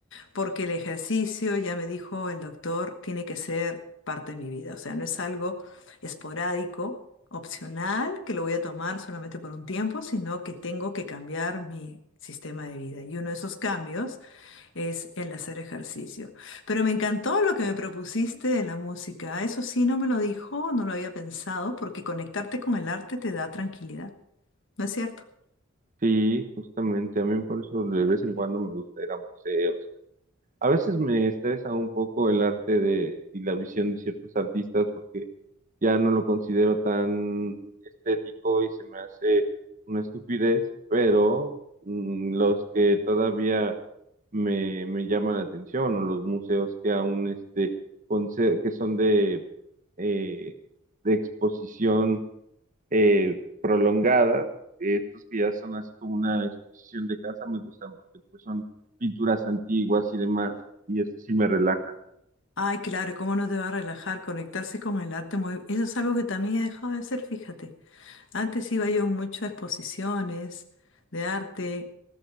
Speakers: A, on the left; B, on the right.
A: porque el ejercicio, ya me dijo el doctor, tiene que ser parte de mi vida, o sea, no es algo esporádico, opcional, que lo voy a tomar solamente por un tiempo, sino que tengo que cambiar mi sistema de vida. Y uno de esos cambios es el hacer ejercicio. Pero me encantó lo que me propusiste de la música. Eso sí, no me lo dijo, no lo había pensado, porque conectarte con el arte te da tranquilidad, ¿no es cierto?
B: Sí, justamente a mí por eso de vez en cuando me gusta ir a museos A veces me estresa un poco el arte de, y la visión de ciertos artistas porque ya no lo considero tan estético y se me hace una estupidez, pero mm, los que todavía me, me llaman la atención o los museos que aún este, conse- que son de, eh, de exposición eh, prolongada. Eh, Estos que ya son así como una exposición de casa me gustan porque pues son pinturas antiguas y demás, y eso sí me relaja.
A: Ay, claro, ¿y ¿cómo no te va a relajar conectarse con el arte? Muy... Eso es algo que también he dejado de hacer, fíjate. Antes iba yo mucho a exposiciones de arte,